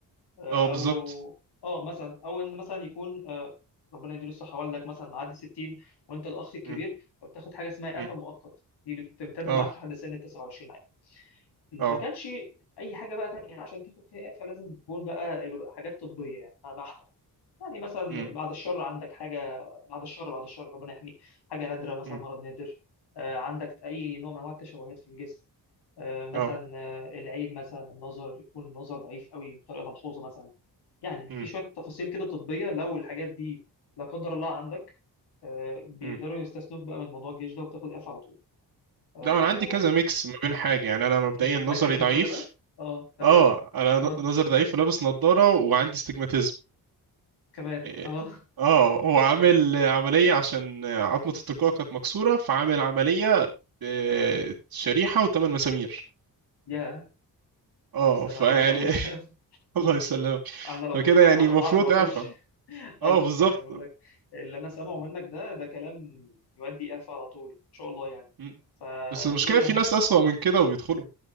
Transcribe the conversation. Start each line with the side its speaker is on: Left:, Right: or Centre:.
Left: آه،
Right: اه بالظبط
Left: أو أه مثلا أو إن مثلا يكون آه، ربنا يديله الصحة والدك مثلا معدي 60 وأنت الأخ الكبير
Right: امم
Left: فبتاخد حاجة اسمها إعفاء
Right: امم
Left: مؤقت دي بتمتد
Right: اه
Left: معاك لحد سن 29 ما
Right: اه
Left: كانش اي حاجه بقى تانية عشان تاخد فيها اعفاء لازم تكون بقى حاجات طبيه يعني بحته يعني مثلا
Right: امم
Left: بعد الشر عندك حاجه بعد الشر بعد الشر ربنا يحميك حاجه نادره مثلا
Right: امم
Left: مرض نادر آه، عندك اي نوع من انواع التشوهات في الجسم آه، مثلا
Right: اه
Left: آه، العين مثلا النظر يكون النظر ضعيف قوي بطريقه ملحوظه مثلا يعني
Right: امم
Left: في شويه تفاصيل كده طبيه لو الحاجات دي لا قدر الله عندك آه، بيقدروا
Right: امم
Left: يستثنوك بقى من موضوع الجيش ده وبتاخد إيه اعفاء على طول آه،
Right: لا انا عندي كذا ميكس ما بين حاجة يعني انا مبدئيا
Left: انت مركز
Right: نظري ضعيف
Left: من كل ده اه تمام
Right: اه انا
Left: اه
Right: ن- نظري ضعيف ولابس نظارة وعندي استجماتيزم
Left: كمان
Right: اه
Left: اه
Right: آه، هو عامل
Left: تمام
Right: عملية عشان عظمة الترقوة كانت مكسورة فعامل عملية آه، شريحة وثمان مسامير
Left: يا
Right: اه
Left: الف سلام
Right: فيعني
Left: عليك الاول
Right: <laughs>
Left: <laughs>
Right: الله يسلمك
Left: انا لو
Right: فكده
Left: دكتور
Right: يعني
Left: هطلعك
Right: المفروض
Left: على طول
Right: اعفاء
Left: <laughs> اه
Right: اه بالظبط
Left: يعني انا بقول لك اللي انا سامعه منك ده ده كلام يودي اعفاء على طول ان شاء الله يعني
Right: مم.
Left: فايه
Right: بس المشكلة
Left: اللي
Right: في
Left: هي-
Right: ناس أسوأ من كده وبيدخلوا